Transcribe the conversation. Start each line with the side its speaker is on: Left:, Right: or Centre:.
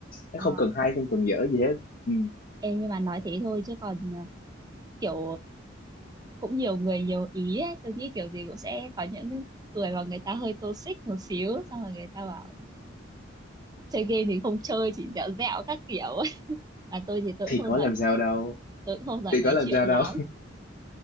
Left: nó
Right: Ờ,
Left: không cần hay không cần dở gì hết ừ.
Right: Ê, nhưng mà nói thế thôi chứ còn ờ, kiểu cũng nhiều người nhiều ý ấy. Tôi nghĩ kiểu gì cũng sẽ có những người mà người ta hơi toxic một xíu xong rồi người ta bảo chơi game thì không chơi chỉ dẻo dẻo các kiểu <laughs> là tôi thì tôi
Left: thì
Right: cũng không
Left: có
Right: giỏi
Left: làm sao đâu
Right: tôi cũng không giỏi
Left: thì
Right: nói
Left: có làm
Right: chuyện
Left: sao
Right: lắm
Left: đâu